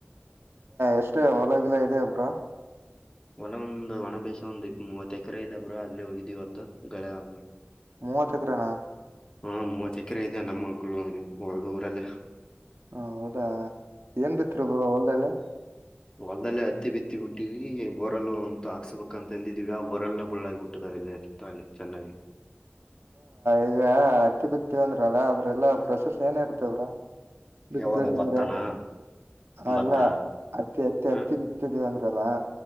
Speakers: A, on the right; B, on the left.
A: ಎಷ್ಟೇ ಹೊಲಾಗಿಲ್ಲ ಇದೆ ಒಬ್ರ
B: ಹೊಲ ಒಂದು ಒಣ ಬೇಸ ಒಂದ್ ಇಪ್ಪ ಮೂವತ್ ಎಕರೆ ಇದ ಬ್ರ ಅಲ್ಲೇ ಹೋಗಿದು ಇವತ್ತು ಗಳೆ ಆ
A: ಮೂವ ತಕರಣ
B: ಹಾ ಮೂವತ್ ಎಕರೆ ಇದೆ ನಮ್ಮ ಮಳ ಒಳ್ದ ಊರಲ್ಲೇ
A: ಹ ಹೌದಾ ಏನ್ ಬಿತ್ರು ಗುರುಹೊಲ್ದಲ್ಲ
B: ಹೊಲ್ದಲ್ಲ ಹತ್ತಿ ಬಿತ್ತಿ ಬಿಟ್ಟಿವಿ ಬೋರಲ್ಲ ಒಂತ ಹಾಕ್ಸ್ಬೇಕಂತ ಅಂದಿದೀವಿ ಯಾವ ಬೋರೆಲ್ಲ ಬಳ್ಳ ಬಿುಟ್ಟದಾವಲ್ಲ ಅಲ್ಲಿ ಚನ್ನಾಗಿ
A: ಈಗ ಅತಿಪತ್ತಿ ಅಂದ್ರಲ್ಲ ಅದ್ರೆಲ್ಲಾ ಪ್ರಶಸ್ತಿ ಏನ ಇರ್ತೇವ್ರಾ ಬಿತ್ಬೇಕಂದ್ರೆ
B: ಯಾವಾಗ ಭತ್ತನಾ
A: ಅಲ್ಲ
B: ಭತ್ತ
A: ಅತ್ತಿ ಅತ್ತಿ
B: ಹ್ಮ್
A: ಅತ್ತಿ ಬಿತ್ತದೆ ಅಂದ ಲ್ಲಾ